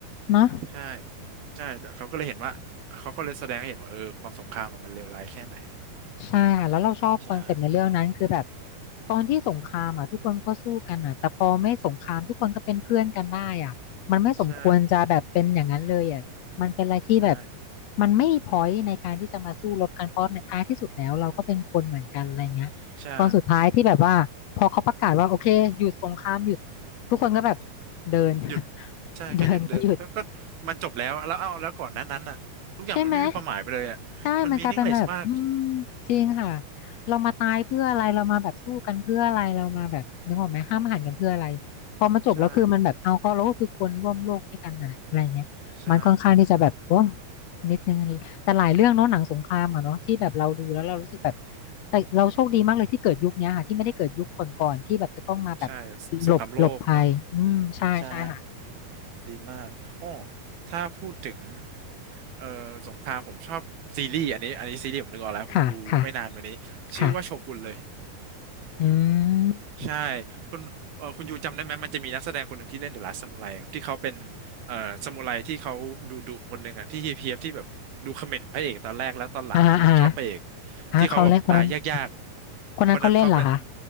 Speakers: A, on the left; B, on the right.
A: เนาะ
B: ใช่ใช่เขาก็เลยเห็นว่า เขาก็เลยแสดงให้เห็นว่าเออความสงครามอะมันเลวร้ายแค่ไหน
A: ใช่ค่ะแล้วเราชอบคอนเซปต์ในเรื่องนั้นคือแบบ
B: ใช่
A: ตอนที่สงครามอ่ะทุกคนก็สู้กันอ่ะแต่พอไม่สงครามทุกคนก็เป็นเพื่อนกันได้อ่ะมันไม่สมควรจะแบบเป็นอย่างนั้นเลยอ่ะมันเป็นอะไรที่แบบ
B: ใช่ใช่
A: มันไม่มีพอยในการที่จะมาสู้รบกันเพราะในท้ายที่สุดแล้วเราก็เป็นคนเหมือนกันอะไรเงี้ยตอนสุดท้ายที่แบบว่าพอเขาประกาศว่าโอเคหยุดสงครามหยุด
B: ใช่หยุด
A: ทุกคนก็แบบเดิน <laughs>
B: หยุดใช่ก็หยุดเดินก็ก็มันจบแล้วแล้วเอาแล้วก่อนหนั้นนั้นน่ะทุกอย่างมันไม่มีความหมายไปเลยอ่ะมันมีนิ่งเลสมาก
A: เดินก็หยุด ใช่ไหมใช่มันกลายเป็นแบบอืมจริงค่ะเรามาตายเพื่ออะไรเรามาแบบสู้กันเพื่ออะไรเรามาแบบนึกออกไหมห้ามหันกันเพื่ออะไรพอมาจบแล้วคือมันแบบเอาก็เราก็คือคนร่วมโลกด้วยกันอะไรอะไรเงี้ยมันค่อนข้างที่จะแบบโอ้
B: ใช่ใช่
A: นิดนึงแต่หลายเรื่องเนาะหนังสงครามอะเนาะที่แบบเราดูแล้วเรารู้สึกแบบแต่เราโชคดีมากเลยที่เกิดยุคเนี้ยค่ะที่ไม่ได้เกิดยุคก่อนๆที่แบบจะต้องมาแบบ
B: ใช่
A: หลบหลบภัยอืมใช่ใช่ค่ะ
B: สงครามโลกเนอะใช่ดีมากอ้อถ้าพูดถึงเอ่อสงครามผมชอบซีรีส์อันนี้อันนี้ซีรีส์ผมนึกออกแล้วผมดูไม่นานมานี้ชื่อว่าโชกุนเลย
A: ค่ะค่ะค่ะอืม
B: ใช่คุณเอ่อคุณยูจำได้ไหมมันจะมีนักแสดงคนหนึ่งที่เล่นเดอะลาส t ซามูไรครับที่เขาเป็นเอ่อซามูไรที่เขาดุดุคนหนึ่งอะที่เฮียบที่แบบดูเขม่นพระเอกตอนแรกแล้วตอนหลังคือชอบพระเอก
A: อ่าฮะอ่าฮะ อ่ะเขาเล่นคนนั้น
B: ที่เขาแบบตายยากๆคนนั้นเขาเป็น
A: คนนั้นเขาเล่นเหรอคะ